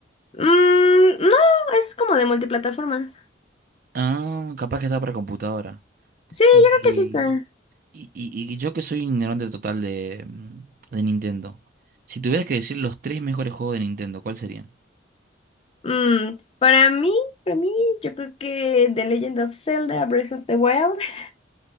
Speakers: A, on the left; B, on the right.
A: Mm, no, es como de multiplataformas.
B: Ah, capaz que está para computadora.
A: Sí, yo
B: Y.
A: creo que sí está.
B: Y, y- y yo que soy un ignorante total de, mm, de Nintendo. Si tuvieras que decir los tres mejores juegos de Nintendo, ¿cuáles serían?
A: Mm, para mí, para mí, yo creo que The Legend of Zelda, Breath of the Wild. <laughs>